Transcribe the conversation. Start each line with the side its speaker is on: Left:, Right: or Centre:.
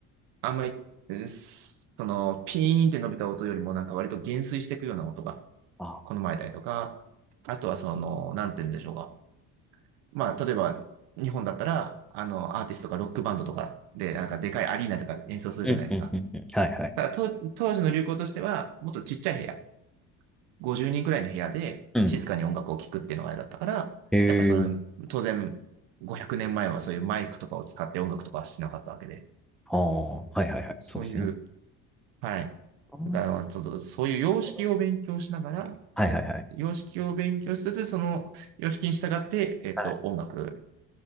Right: あんまり、うんその、ピーンって伸びた音よりも、なんか割と減衰していくような音が
Centre: あ。
Right: 好まれたりとか、あとは、その、なんていうんでしょうか。まあ、例えば、日本だったら、あの、アーティストとかロックバンドとかで、なんかでかいアリーナとか演奏するじゃないですか。
Centre: うん。うん。うん。うんはいはい。
Right: ただ、と当時の流行としては、もっとちっちゃい部屋。50人くらいの部屋で静かに音楽を聴くっていうのがあれだったから、
Centre: うん。へえ。
Right: やっぱその、当然、500年前はそういうマイクとかを使って音楽とかはしてなかったわけで、
Centre: ああ、はいはいはい。
Right: そういう、
Centre: そうですね。
Right: はい。
Centre: あーなる
Right: だから、ちょっとそういう様式を勉強しながら、
Centre: ほどはいはいはい。
Right: え様式を勉強しつつ、その様式に従って、えっと、
Centre: はい
Right: 音楽